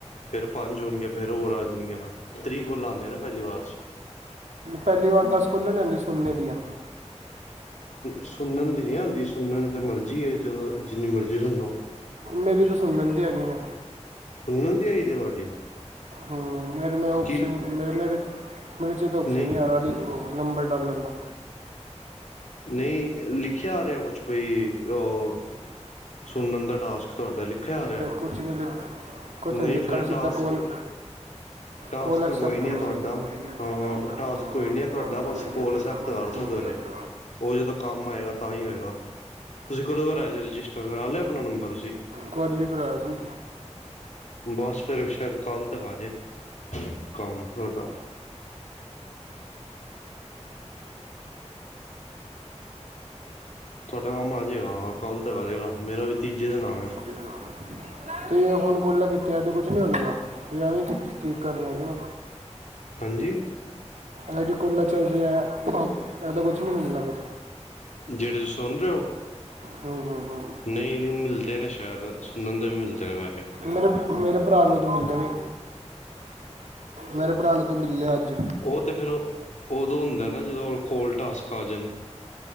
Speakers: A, on the left; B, on the right.
A: ਫੇਰ ਪੰਜ ਹੋਣਗੀਆਂ ਫੇਰ ਹੋਰ ਆ ਜਾਣਗੀਆਂ ਤੇਰੀਕ ਕੋਲਾ ਆਂਦੀਆਂ ਨਾ ਪਹਿਲੀ ਵਾਰ ਚ।
B: ਪਹਿਲੀ ਵਾਰ ਦੱਸ ਕੋਲਾ ਈ ਆਂਦੀਆਂ ਸੁਣਨ ਦੀਆਂ।
A: ਸੁਣਨ ਦੀ ਨਹੀਂ ਆਉਂਦੀ ਸੁਣਨ ਦੀ ਤਾਂ ਮਰਜ਼ੀ ਹੈ ਜਦੋਂ ਜਿੰਨੀ ਮਰਜ਼ੀ ਸੁਣ ਲੋ।
B: ਮੇਰੀ ਤੇ ਸੁਣ ਲੈਂਦੀ ਹੈਗੀ ਨੇ।
A: ਸੁਣਨ ਦੀ ਆਈ ਦੀ ਤੁਹਾਡੀਆਂ
B: ਹਾਂ, ਮੇਰੇ ਮੈਂ ਔਪਸ਼ਨ
A: ਕਿ
B: ਮੇਰੇ-ਮੇਰੇ ਮੇਰੇ 'ਚ ਇਹਦਾ ਓਪਸ਼ਨ
A: ਨਹੀਂ
B: ਨ੍ਹੀਂ ਆ ਰਹਾ, ਨੀ ਉਹ ਨੰਬਰ ਡਾਲਨ ਦਾ
A: ਨਹੀਂ ਲਿਖਿਆ ਆ ਰਿਹਾ ਕੁਛ, ਬਈ ਅ ਸੁਣਨ ਦਾ ਟਾਸਕ ਤੁਹਾਡਾ ਲਿਖਿਆ ਆ ਰਿਹਾ।
B: ਕੁਛ ਨੀ ਦਿਖਾ ਰਿਆ। ਕੁਛ
A: ਨਹੀਂ
B: ਨ ਲਿਖਿਆ
A: ਫਿਰ
B: ਸਿੱਧਾ
A: ਟਾਸਕ
B: ਕੋਲ
A: ਟਾਸਕ
B: ਕੋਲ਼ ਐਕਸਪਟ
A: ਨਹੀਂ
B: ਕਰੋ।
A: ਆ
B: ਕੋਈ
A: ਤੁਹਾਡਾ
B: ਨ ਤੁਹਾਡਾ
A: ਹਾਂ ਟਾਸਕ ਕੋਈ ਨਹੀਂ ਆ ਤੁਹਾਡਾ ਬਸ
B: ਕੋਈ ਨ
A: ਕੋਲ
B: ਤੁਹਾਡਾ
A: ਅਸੈਪਟ ਕਰ ਸਕਦੇ
B: ਕੋਲ ਐਕਸਪਟ
A: ਹੋ ਜੇ ਉਹ ਜਦੋਂ ਕੰਮ ਆਏਗਾ ਤਾਂ ਹੀ ਹੋਏਗਾ। ਤੁਸੀਂ ਕਦੋਂ ਕਰਾਇਆ ਸੀ, ਰਜਿਸਟਰ ਕਰਾ ਲਿਆ ਆਪਣਾ ਨੰਬਰ ਤੁਸੀਂ।
B: ਕੱਲ੍ਹ ਈ ਕਰਾਇਆ ਸੀ।
A: ਬਸ ਫੇਰ ਸ਼ਾਇਦ, ਕੱਲ੍ਹ ਤੱਕ ਆਜੇ, ਕੰਮ ਤੁਹਾਡਾ। ਤੁਹਾਡਾ ਕੰਮ ਆਜੇਗਾ। ਹਾਂ, ਕੱਲ੍ਹ ਤੱਕ ਆਜੇਗਾ। ਮੇਰਾ ਵੀ ਤੀਜੇ ਦਿਨ ਆ ਗਿਆ ਸੀ।
B: ਕੀਦੇ ਨਾਮ ਐ। ਤੇ ਹੁਣ ਕੋਲ਼ਾ ਕੀਤੀਆਂ ਐਦਾ ਕੁਛ ਨੀ ਹੋਣੇਗਾ। ਤੇ ਐਵੇਂ ਕੀ ਕਰ ਰਿਹਾਗੇ।
A: ਹਾਂਜੀ।
B: ਆ ਜੇ ਕੋਲਾਂ ਚੱਲਦੀਆਂ, ਇਹਦਾ ਕੁਝ ਨੀ ਮਿਲਣਾ ਫਿਰ।
A: ਜਿਹੜੇ ਤੁਸੀਂ ਸੁਣ ਰਹੇ ਓ?
B: ਹੂੰ-ਹੂੰ-ਹੁੰ।
A: ਨਹੀਂ-ਨਹੀਂ, ਮਿਲਦੇ ਨੇ ਸ਼ਾਇਦ, ਸੁਣਨ ਦੇ ਵੀ ਮਿਲਦੇ ਨੇ ਵੈਹੇ।
B: ਮੇਰੇ-ਮੇਰੇ ਭਰਾ ਨੂੰ ਤੇ ਮਿਲਦੇ ਨੇ। ਮੇਰੇ ਭਰਾ ਨੂੰ ਤੋਂ ਮਿਲ਼ੇ ਅੱਜ।
A: ਉਹ ਤੇ ਫੇਰ, ਉਦੋਂ ਹੁੰਦਾ ਨਾ, ਜਦੋਂ ਕੋਲ਼ ਟਾਸਕ ਆ ਜਾਣ।